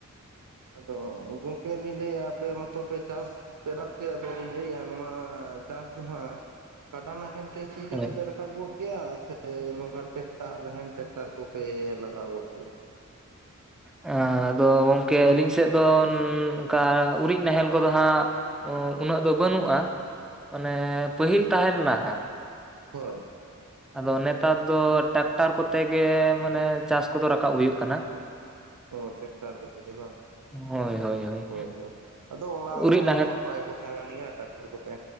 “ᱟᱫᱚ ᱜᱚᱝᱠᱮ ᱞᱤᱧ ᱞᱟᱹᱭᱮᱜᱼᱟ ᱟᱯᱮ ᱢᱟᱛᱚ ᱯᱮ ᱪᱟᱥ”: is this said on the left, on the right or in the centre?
Right